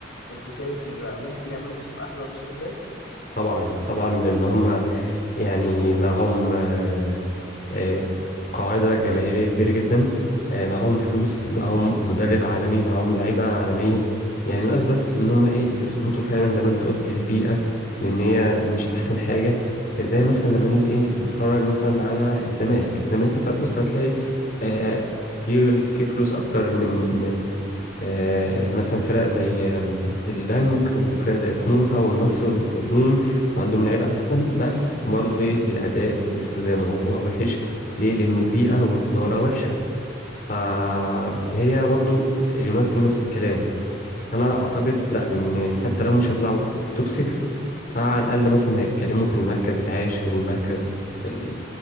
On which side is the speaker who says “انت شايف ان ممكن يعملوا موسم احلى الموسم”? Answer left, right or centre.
Left